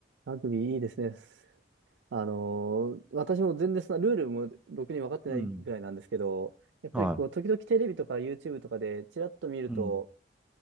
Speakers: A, on the right (about 85°); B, in the centre.
A: ラグビーいいですね。あのー私も全然そのルールもろくに分かってないぐらいなんですけど、
B: い。うん。
A: やっぱりこう、
B: はい。
A: 時々テレビとか YouTube とかでチラッと見ると、
B: うん。